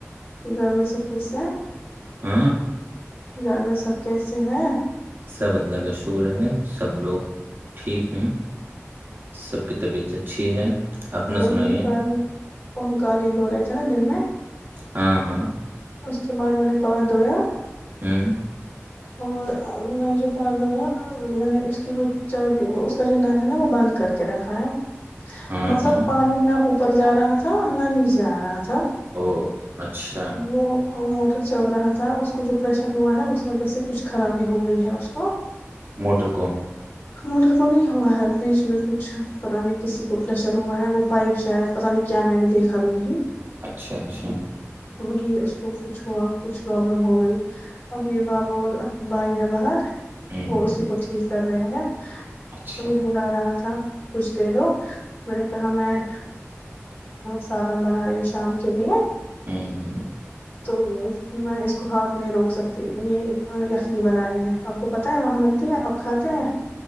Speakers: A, on the left; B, on the right.
A: گھر میں سب کےس
B: ہاں
A: گھر میں سب کیسے ہیں
B: سب اللہ کا شکر ہے سب لوگ ٹھیک ہیں سب کی طبیعت اچھی ہے اپنا
A: وہنکالی
B: سنائیے
A: وہنکالیند ہو رہے تھے نا دن میں
B: ہاں ہاں
A: اس کے بعد میں نے پاس دھویا
B: ہوں
A: اور میں نے جو پادر ہے میں نے اس کی اس کا جو نل ہے نا وہ بند کر کے رکھا ہے
B: ہاں
A: مطلب
B: ہاں
A: پانی نہ اوپر جا رہا تھا نہ نیچے آ رہا تھا
B: او اچھا
A: وہ موٹر چل رہا تھا اس کو جو پریشر ہوا ہے اس وجہ سے کچھ خرابی ہو گئی ہے اس کو
B: موٹر کو
A: موٹر کو نہیں ہوا ہے بیچ میں کچھ پرانیے کسی کو پریشر ہوا ہے وہ پائپ شاید پتا نہیں کیا میں نے دیکھا بھی نہیں
B: اچھا اچھا
A: وہی اس کو کچھ ہوا کچھ پرابلم ہو گئی اب یہ بابا اور بھائی ہے باہر
B: ہوں،
A: وہ اسی کو ٹھیک طرنا ہےگ
B: اچھا
A: کی آ رہا تھا کچھ دیر ہو میں نے کہا میں سالن بنا رہی ہوں شام کے لیے
B: ہوں ہوں۔
A: تو میں اس کو بہات نہیں روک سکتی یہ یخنی بنانی ہے آپ کو پتہ ہے وہاں ملتی ہے آپ کھاتے ہیں